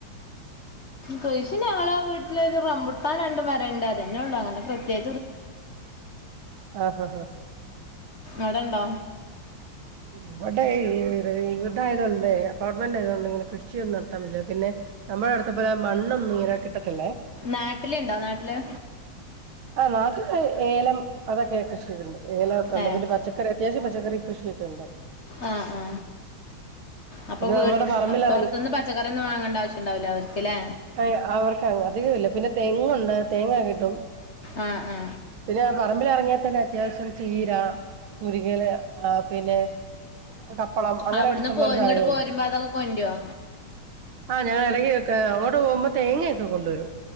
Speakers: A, on the left (about 40°); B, on the right (about 80°).
A: കൃഷി ഞങ്ങളെ വീട്ടിലൊരു റമ്പുട്ടാൻ രണ്ട് മരണ്ട് അതെന്നെള്ളു അങ്ങനെ പ്രത്യേ
B: ആ ആ ആ
A: അടണ്ടോ
B: <unintelligible> <unintelligible> ആയതോണ്ട് ങ്ങനെ കൃഷിയൊന്നും നടത്താൻ പറ്റില്ല പിന്നെ നമ്മുടെഅടുത്ത പോലെ മണ്ണൊന്നും ഇങ്ങനെ കിട്ട ക്കല്ലേ
A: നാട്ടിലുണ്ടോ നാട്ടില്
B: ആ നാട്ട ഏലം അതൊക്കെ കൃഷിയുണ്ട് ഏലൊക്കെ ണ്ട്
A: ഏഹ്
B: പിന്നെ പച്ചക്കറി അത്യാവശ്യം പച്ചക്കറി കൃഷിയൊക്കെയുണ്ട്
A: ആ ആ അപ്പൊ
B: പിന്നെ
A: വീ
B: നമ്മുടെ പറമ്പിലിറങ്ങി
A: പൊറത്ത്ന്ന് പച്ചക്കറിയൊന്നും വാങ്ങേണ്ട ആവശ്യംണ്ടാവില്ല അവർക്ക് ല്ലേ
B: അ അവർക്ക് അങ്ങ് അധികം ഇല്ല പിന്നെ തെങ്ങുണ്ട് തേങ്ങകിട്ടും
A: ആ ആ
B: പിന്നെ പറമ്പിലെറങ്ങിയ <unintelligible> അത്യാവശ്യം ചീര, മുരിങ്ങല പിന്നെ കപ്പളം അങ്ങനെ
A: അവിടുന്ന്
B: ഇഷ്ടംപോലെ
A: പോ
B: സാധനങ്ങള്
A: ഇങ്ങോട്ട് പോരുമ്പോ അതൊക്കെ കൊണ്ടരോ
B: <unintelligible> ആ ഞാൻ എടയ്ക്കൊക്കെ അങ്ങോട്ട് പോകുമ്പോ തേങ്ങക്കെ കൊണ്ടുവരും